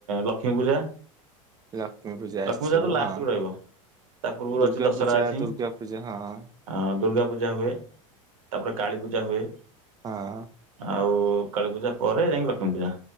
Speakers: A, on the right (about 80°); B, on the right (about 25°).
A: ଲକ୍ଷ୍ମୀ ପୂଜା।
B: ଲକ୍ଷ୍ମୀ
A: ଲକ୍ଷ୍ମୀ
B: ଆସିବ
A: ପୂଜା ତ ଲାଷ୍ଟକୁ
B: ହଁ
A: ରହିବ ତା ପୂର୍ବରୁ
B: ଦୁର୍ଗା
A: ଅଛି ଦଶହରା
B: ପୂଜା
A: ଅଛି।
B: ଦୁର୍ଗା ପୂଜା ହଁ ହଁ।
A: ଅ ଦୁର୍ଗା ପୂଜା ହୁଏ ତାପରେ କାଳୀପୂଜା ହୁଏ।
B: ହଁ।
A: ଆଉ କାଳୀ ପୂଜା ପରେ ଯାଇକି ଲକ୍ଷ୍ମୀ ପୂଜା।